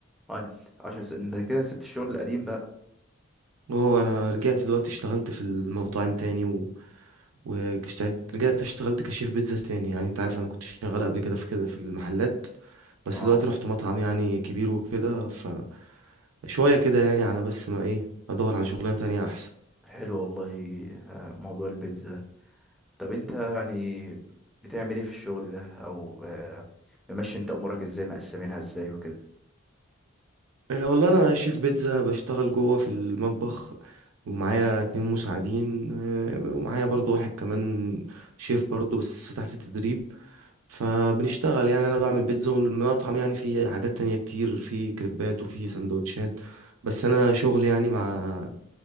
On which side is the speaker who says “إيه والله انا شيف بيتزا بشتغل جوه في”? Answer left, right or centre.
Right